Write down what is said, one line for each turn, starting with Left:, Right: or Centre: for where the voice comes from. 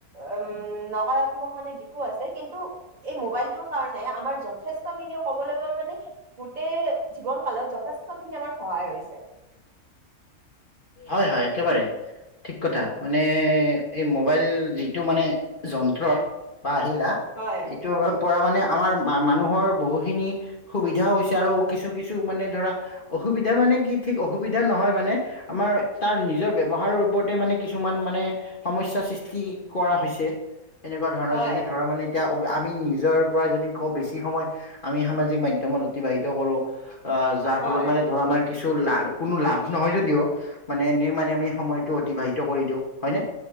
Right: উম নকাৰাত্মক মানে দিশো আছে কিন্তু এই মোবাইলটোৰ? কাৰণে আমাৰ যথেষ্ট খিনি ক'বলৈ গ'লে মানে গোটেই জীৱন কালত যথেষ্ট খিনি আমাৰ। সহায় হৈছে।
Left: হয় হয় একেবাৰেই। ঠিক কথা মানে এই মোবাইল যিটো মানে যন্ত্ৰ। বা আহিলা
Right: হয়
Left: এইটো পৰা মানে আমাৰ মানুহৰ বহুখিনি। সুবিধাও হৈছে আৰু কিছু কিছু মানে ধৰা অসুবিধা মানে কি ঠিক অসুবিধা নহয় মানে। আমাৰ তাৰ নিজৰ ব্যৱহাৰৰ ওপৰতে মানে কিছুমান মানে। সমস্যা সৃষ্টি কৰা হৈছে এনেকুৱা ধৰণৰ
Right: হয়
Left: যেনে ধৰা মানে। এতিয়া আমি নিজৰ পৰা যদি কওঁ বেছি সময়। আমি সামাজিক মাধ্যমত অতিবাহিত কৰোঁ আহ যাৰ
Right: হয়
Left: ফলত মানে ধৰ আমাৰ। কিছু লা কোনো লাভ নহয় যদিও মানে এনেই মানে আমি সময়টো অতিবাহিত কৰি দিওঁ হয়নে।